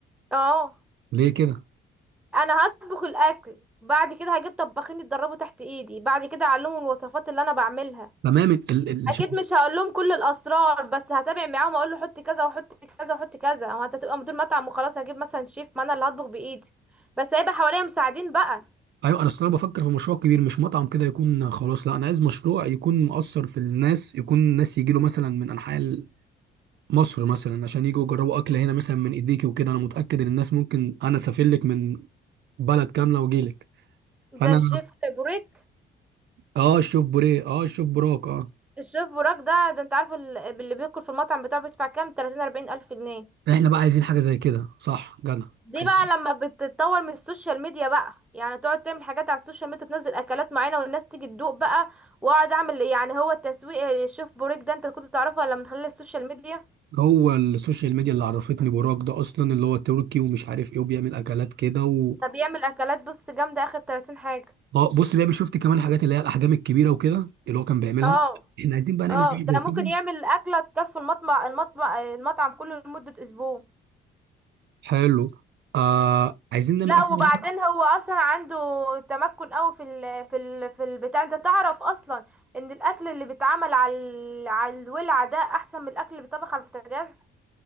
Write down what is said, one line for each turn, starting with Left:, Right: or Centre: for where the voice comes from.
Centre: اه
Right: ليه كده
Centre: انا هطبخ الاكل بعد كده هجيب طباخين يتدربوا تحت ايدي بعد كده اعلمهم الوصفات اللي انا بعملها
Right: تمام ال ال ال-
Centre: اكيد
Right: ش-
Centre: مش هقول لهم كل الاسرار بس هتابع معاهم اقول له حط كذا وحط كذا وحط كذا هو انت هتبقى مدير مطعم وخلاص هجيب مثلا شيف ما انا اللي هطبخ بايدي بس هيبقى حواليا مساعدين بقى
Right: ايوه انا اصل انا بفكر في مشروع كبير مش مطعم كده يكون خلاص لا انا عايز مشروع يكون مؤثر في الناس يكون الناس يجي له مثلا من انحاء مصر مثلا عشان يجوا يجربوا اكل هنا مثلا من ايديكي وكده انا متاكد ان الناس ممكن انا اسافر لك من بلد كامله واجي لك فانا
Centre: زي الشيف بوريك
Right: اه شوف بوريه اه شوف براك اه
Centre: الشيف بوراك ده ده انت عارف ال- اللي بياكل في المطعم بتاعه بيدفع كام 30 40 الف جنيه
Right: احنا بقى عايزين حاجه زي كده صح جدع
Centre: دي
Right: عايزين-
Centre: بقى لما بتتطور من السوشيال ميديا بقى يعني تقعد تعمل حاجات على السوشيال ميديا تنزل اكلات معينه والناس تيجي تدوق بقى واقعد اعمل يعني هو التسويق الشيف بوريك ده انت كنت تعرفه ولا من خلال السوشيال ميديا
Right: هو السوشيال ميديا اللي عرفتني براك ده اصلا اللي هو تركي ومش عارف ايه وبيعمل اكلات كده و...
Centre: ده بيعمل اكلات بص جامده اخر 30 حاجه
Right: آه، بص بيعمل شفت كمان الحاجات اللي هي الاحجام الكبيره وكده اللي هو كان بيعملها
Centre: اه
Right: احنا عايزين بقى نعمل
Centre: اه
Right: حاجه زي
Centre: ده
Right: كده
Centre: ممكن يعمل اكله تكفي المطمع المطمع المطعم كله لمده اسبوع
Right: حلو آه عايزين نعمل
Centre: لا
Right: اكل
Centre: وبعدين هو اصلا عنده تمكن قوي في ال في ال في البتاع انت تعرف اصلا ان الاكل اللي بيتعمل على ال- على الولعه ده احسن من الاكل اللي بيتطبخ على البوتاجاز